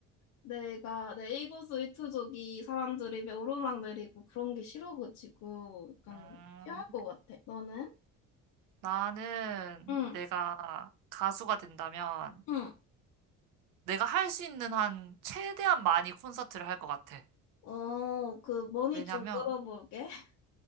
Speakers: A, on the left (about 60°); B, on the right (about 75°).
A: 내가 내 일거수 일투족이 사람들이 왜 오르락내리고 그런 게 싫어가지고 약간
B: 음,
A: 피할 것 같아. 너는?
B: 나는
A: 응,
B: 내가 가수가 된다면
A: 응.
B: 내가 할 수 있는 한 최대한 많이 콘서트를 할 것 같아.
A: 어, 그 머니
B: 왜냐면,
A: 좀 끌어볼게. <laughs>